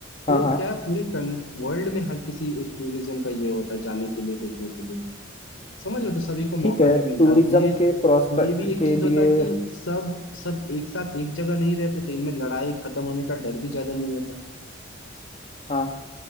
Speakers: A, on the left; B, on the left.
A: तो
B: हाँ हाँ
A: क्या है, पूरे वर्ल्ड में हर किसी एक टूरिज्म का ये होता जाने के लिए देखने के लिए समझ रहे हो तो सभी को मौका
B: ठीक है
A: भी
B: टूरिज्म
A: मिलता ये
B: के प्रोस्पेक्ट
A: ये भी एक
B: के
A: चीज होता
B: लिए
A: कि सब सब एक साथ एक जगह नहीं रहते तो इनमें लड़ाई खत्म होने का डर भी ज्यादा नहीं होता
B: हाँ